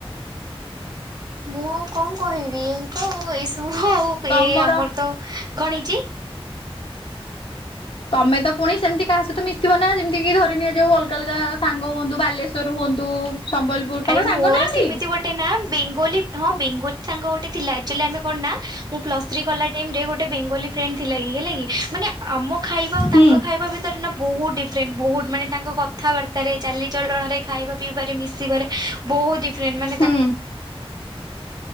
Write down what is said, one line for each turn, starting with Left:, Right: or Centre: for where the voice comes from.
Right: ମୁଁ କଣ କହିବି ଏଇ ତ ଏଇସବୁ ଆଉ ଏଇ
Left: ତମର
Right: ଆମର ତ କଣ ହେଇଚି?
Left: ତମେ ତ ପୁଣି ସେମିତି କାହା ସହିତ ମିଶଥିବ ନା ଯେମିତି କିି ଧରି ନିଆ ଯାଉ ଅଲଗା ଅଲଗା ସାଙ୍ଗ ହୁଅନ୍ତୁ ବାଲେଶ୍୍ୱର ହୁଅନ୍ତୁ ସମ୍ବଲପୁର ତମର
Right: ଆଏ
Left: ସାଙ୍ଗ
Right: ମୋର
Left: ନାହାନ୍ତି?
Right: ସେମିତି ଗୋଟେ ନା ବେଙ୍ଗଲୀ ହଁ ବେଙ୍ଗଲୀ ସାଙ୍ଗ ଗୋଟେ ଥିଲା। ଆକ୍ଚୁଆଲି ଆମେ କଣ ନା ମୁଁ ପ୍ଲସ୍ ଥ୍ରୀ କଲା ଟାଇମରେ ଗୋଟେ ବେଙ୍ଗଲୀ ଫ୍ରେଣ୍ଡ ଥିଲା କି ହେଲା କି ମାନେ ଆମ ଖାଇ ଖାଇବା ଆଉ ତାଙ୍କ
Left: ହୁଁ।
Right: ଖାଇବା ଭିତରେ ନା ବହୁତ ଡିଫରେଣ୍ଟ ବହୁତ ମାନେ ତାଙ୍କ କଥାବାର୍ତ୍ତା ଚାଲିଚଳଣ ରେ ଖାଇବା ପିଇବାରେ ମିଶିବାରେ ବହୁତ ଡିଫରେଣ୍ଟ ମାନେ ତା
Left: ହୁଁ।